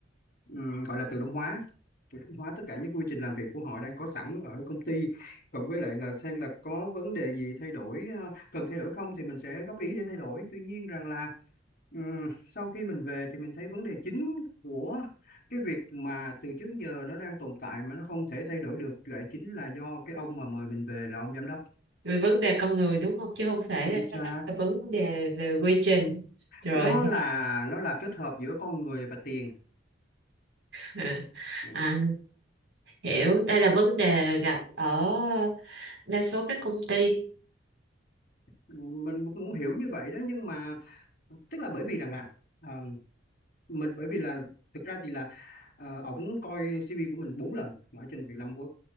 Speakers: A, on the left; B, on the right.
A: ừm, gọi là tự động hóa tự động hóa tất cả những quy trình làm việc của họ đang có sẵn ở công ty cộng với lại là xem là có vấn đề gì thay đổi ờ, cần thay đổi không thì mình sẽ góp ý để thay đổi tuy nhiên rằng là ừm, sau khi mình về thì mình thấy vấn đề chính của cái việc mà từ trước giờ nó đang tồn tại mà nó không thể thay đổi được lại chính là do cái ông mà mời mình về là ông giám đốc
B: về vấn đề con người đúng không? Chứ không phải
A: chính xác
B: là vấn đề về quy trình. Rồi,
A: nó là nó là kết hợp giữa con người và tiền
B: <laughs>
A: Ừ.
B: à, à, hiểu, đây là vấn đề gặp ở đa số các công ty.
A: mình cũng cũng hiểu như vậy đó nhưng mà tức là bởi vì rằng là ờ, mình bởi vì là thực ra thì là uh, ổng coi CV của mình bốn lần ở trên Vietnam Works